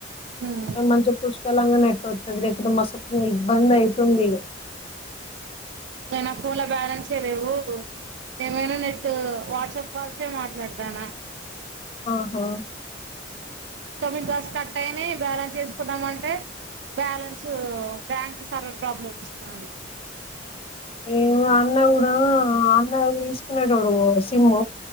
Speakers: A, on the right; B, on the left.
A: ఉమ్
B: మంచిగా పుష్కలంగా నెట్ వస్తది, లేకపోతే మస్త్ ఇబ్బంది అయితది తుందిగ.
A: ఏయ్, నా ఫోన్ లా బ్యాలెన్స్ ఏ లేవూ, ఏమైనా, నెట్టూ వాట్సప్ కాల్ ఏ మాట్లాడ దానా.
B: హాా!
A: ఇన్‌కమింగ్ కాల్స్ కట్ అయ్యినయ్, బ్యాలెన్స్ ఏసుకుందాం అంటే బ్యాలెన్సూ బ్యాంక్ సర్వర్ ప్రాబ్లమ్స్ వస్తుంది.
B: ఏమో, అన్నా కూడా, అన్నా తీస్కునేటోడు ఓ సిమూ.